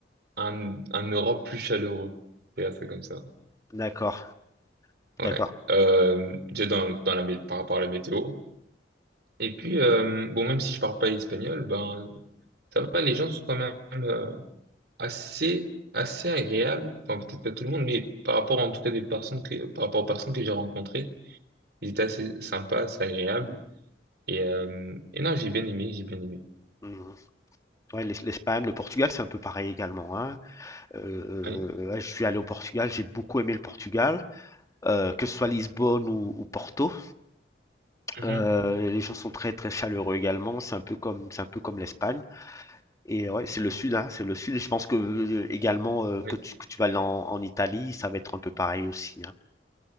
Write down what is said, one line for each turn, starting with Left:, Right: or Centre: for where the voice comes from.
Right: un un Europe plus chaleureux. Je dirais ça comme ça.
Left: D'accord,
Right: Ouais.
Left: d'accord.
Right: Euh, déjà dans dans la mé- par rapport à la météo. Et puis euh, bon même si je parle pas espagnol, ben ça va les gens sont quand même euh, assez assez agréables. Enfin peut-être pas tout le monde mais par rapport en tout cas des personnes que par rapport aux personnes que j'ai rencontrées, ils étaient assez sympas, assez agréables. Et, euh, et non, j'ai bien aimé, j'ai bien aimé.
Left: Mhm. Ouais, l'Es- l'Espagne, le Portugal, c'est un peu pareil également, hein. Euh,
Right: Oui.
Left: euh, ouais, je suis allé au Portugal, j'ai beaucoup aimé le Portugal. euh, que ce soit Lisbonne ou, ou Porto.
Right: mhm,
Left: Euh, les gens sont très très chaleureux également. C'est un peu comme c'est un peu comme l'Espagne. Et ouais, c'est le sud, hein, c'est le sud. Et je pense que euh, également euh, que
Right: oui.
Left: tu, que tu vas aller en, en Italie, ça va être un peu pareil aussi. hein.